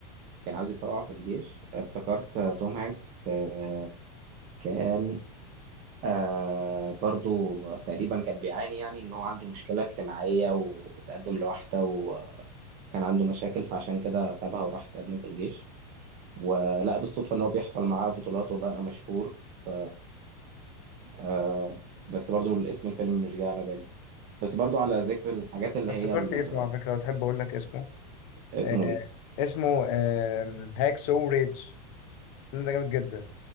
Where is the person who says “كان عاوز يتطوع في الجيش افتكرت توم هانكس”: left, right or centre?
Right